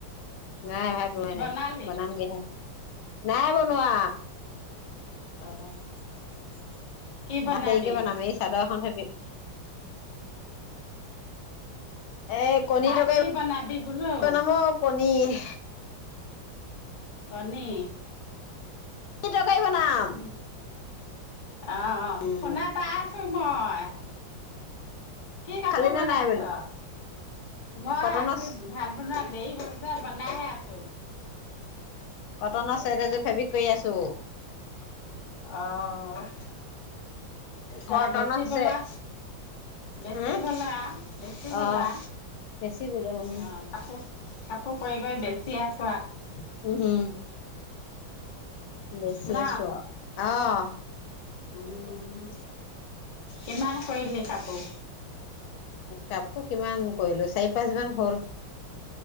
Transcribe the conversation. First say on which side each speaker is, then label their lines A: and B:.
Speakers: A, on the left; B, on the left.
A: নাই ভাত বোনোৱাই নাই
B: বনালি
A: বনামগে হে। নাই বনোৱা।
B: অ'। কি বনাবি
A: ভাত দেৰিকে বনাম এই চাদৰ <inaudible> এ কণী
B: ভাত
A: তটকাৰী
B: কি বনাবি বোলো
A: বনাম অ'। এনেই
B: কণী?
A: কণী তৰকাৰী বনাম।
B: অ অ'
A: উম
B: শুনা পাই‌ আছো। মই কি কাপোৰ
A: খালি নে
B: বনাইছো
A: নাই বোলো
B: মই
A: কটনৰ
B: আজি ভাত বনোৱা দেৰি হল যে বনাইহে আছো
A: কটনৰ চেট এযোৰ ফেব্ৰিক কৰি আছো।
B: অ' হে
A: কটনৰ
B: বেছি বলা
A: চেট
B: বেছি
A: উম
B: বলা বেছি বলা
A: অ বেচিবলৈ উম
B: অ' কাপোৰ কাপোৰ কৰি কৰি বেছি আ
A: উম বেছি
B: ন
A: আছো। আহ।
B: উম কিমান কৰিলে কাপোৰ?
A: কাপোৰ কিমান কৰিলো চাৰি পাঁচ মান হল।